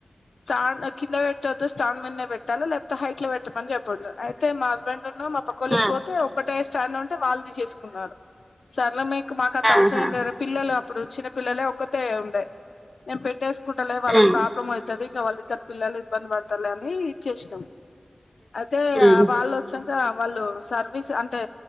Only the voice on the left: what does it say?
స్టాండ్ కింద పెట్టొద్దు స్టాండ్ మింద నే పెట్టాలా లేకపోతే హైట్ లో పెట్టమని చెప్పొద్దు అయితే మా హస్బెండ్ మా పక్కలోకి
ఒకటే స్టాండ్ ఉంటే వాళ్ళు తీసేసుకున్నారు సార్ లో మీకు మాకు అంత అవసరం
ఏంది కదా పిల్లలు అప్పుడు చిన్న పిల్లలే ఒక్కతే ఉండే నేను పెట్టే అకుంటలే
వాళ్ళకి
ప్రాబ్లం అవుతుంది ఇక వాళ్ళ ఇద్దరు పిల్లలు ఇబ్బంది పడతారు అని ఇచ్చేసినాం అయితే
ఆ వాళ్ళు వచ్చాక వాళ్ళు సర్వీస్ అంటే